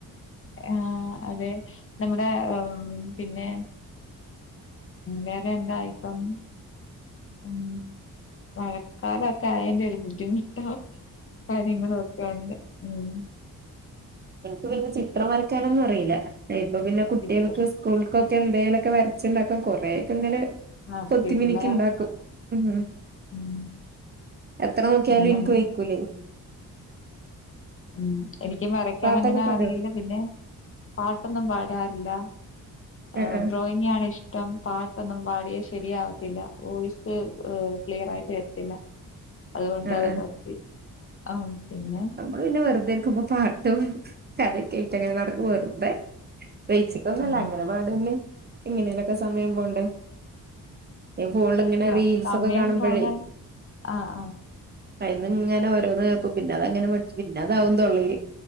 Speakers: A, on the left; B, on the right.
A: ആഹ് അതെ നമ്മടെ ഏഹ് പിന്നെ വേറെയെന്താ ഇപ്പം, ഉം മഴക്കാലം ഒക്കെ ആയതിൻ്റെ ഒരു ബുദ്ധിമുട്ടാ കാര്യങ്ങളും ഒക്കെ ഒണ്ട് ഉം
B: എനക്ക് പിന്നെ ചിത്രം വരക്കാൻ ഒന്നും അറിയില്ല. ഏ ഇപ്പ പിന്നെ കുട്ടിയേൾക്ക്
A: ചിത്രം
B: സ്‌കൂൾക്ക് ഒക്കെ എന്തേലു ക്കെ വരച്ച്ണ്ടാക്കാൻ കൊറെയെക്കെ ഇങ്ങനെ
A: ആ
B: കൊത്തി
A: പിള്ളേർ
B: മിനുക്കി ഇണ്ടാക്കും, ഉം
A: ഉം
B: എത്ര നോക്കിയാലും
A: അങ്ങനെ
B: ഇനിക്ക് വയ്ക്കൂലേ
A: ഉം എനിക്കും വരക്കാൻ
B: പാട്ടൊക്കെ
A: അങ്ങനെ
B: പാടോ
A: അറിയില്ല പിന്നെ പാട്ടൊന്നും പാടാറില്ല.
B: ആഹ്
A: ആ ഡ്രോയിങ് ആണ് ഇഷ് ഇം പാട്ടൊന്നും പാടിയ ശരിയാവത്തില്ല വോയിസ് ക്ലിയർ ആയിട്ട് എരത്തില്ല അതുകൊണ്ട്
B: ആഹ്
A: അത്
B: ആഹ്
A: നിർത്തി. ആ പിന്നെ
B: നമ്മള് പിന്നെ വെറുതെ നക്കു <unintelligible> മ്പ പാട്ടും കഥയൊക്കെ ആയിട്ട് ഇങ്ങനെ നടക്കും വെറുതെ ലയിച്ചിട്ടൊന്നും അല്ല
A: ഉം,
B: അങ്ങനെ പാടന്നെ ഇങ്ങനെലൊക്കെ സമയം പോവണ്ടേ ഫോണിൽ ഇങ്ങനെ
A: ആ
B: റീൽസ്
A: സമയം
B: ഒക്കെ കാണുമ്പോഴേ
A: പോകാൻ ആ ആ
B: അയിന്ന് ഇങ്ങനെ ഓരോന്ന് കേക്കും പിന്നെ അത് അങ്ങനെ പഠിച്ചു പിന്നെ അതാവും തൊള്ളയില്